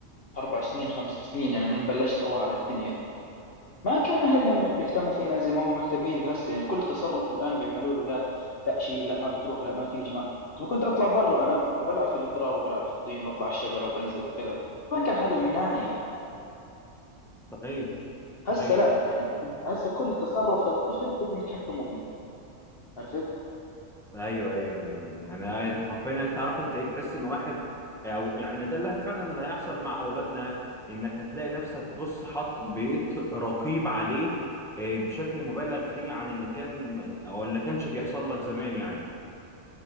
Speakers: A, on the left; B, in the centre.
A: اربع سنين خمس سنين يعني من بلشت اوعى على الدنيا ما كان أهلنا م- بيهتموا فينا زي ما هم مهتمين بهسه يعني كل تصرف الآن بيعملوه الأولاد لا شيء لا ما بتروح لا ما تيجي ما بس كنت أطلع برا أنا وبلعب في التراب وبلعب في الطين وبطلع على الشجرة وبنزل وكذا ما كان حدا بيمنعني يعني
B: صحيح
A: هسه
B: صحيح
A: لا يعني هسه كل تصرف للطفل بدهم يتحكموا فيه عرفت؟
B: ايوه ايوه ايوه يعني آه، انت حرفيا انت عارف انت ايه تحس ان واحد او يعني ده اللي فعلا اللي هيحصل مع اولادنا انك هتلاقي نفسك بص حط بقيت رقيب عليه آه، بشكل مبالغ فيه عن اللي كان او اللي كانش بيحصل لك زمان يعني